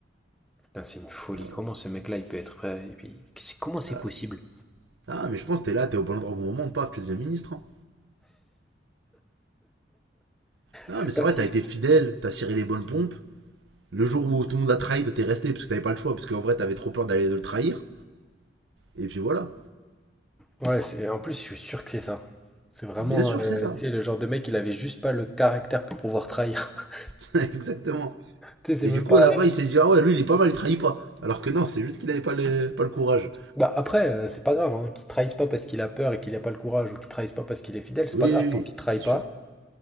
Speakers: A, in the centre; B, on the right.
A: Putain, C'est une folie.
B: Euh,
A: Comment ce mec-là, il peut être prêt Et puis, qu'est- comment c'est
B: là-
A: possible?
B: ah, mais je pense que t'es là, t'es au bon endroit au bon moment, paf, tu deviens ministre. Hein. Non,
A: C'est
B: mais c'est
A: pas
B: vrai,
A: si.
B: t'as été fidèle, t'as ciré les bonnes pompes. Le jour où tout le monde a trahi, toi t'es resté parce que t'avais pas le choix, parce qu'en vrai, t'avais trop peur d'aller le trahir. Et puis voilà.
A: Ouais, c'est- en plus, je suis sûr que c'est ça. C'est vraiment,
B: Bien sûr
A: euh,
B: que c'est ça.
A: tu sais, le genre de mec, il avait juste pas le caractère pour pouvoir trahir. <laughs>
B: <laughs> Exactement.
A: Tu sais, c'est
B: Et
A: même
B: du coup,
A: pas.
B: à la fin, il s'est dit, ah ouais, lui, il est pas mal, il trahit pas. Alors que non, c'est juste qu'il avait pas le, pas le courage.
A: Bah, après, euh, c'est pas grave, hein, qu'il trahisse pas parce qu'il a peur et qu'il a pas le courage ou qu'il trahisse pas parce qu'il est fidèle, c'est
B: Oui,
A: pas grave.
B: oui, oui,
A: Tant qu'il trahit
B: c'est sûr.
A: pas,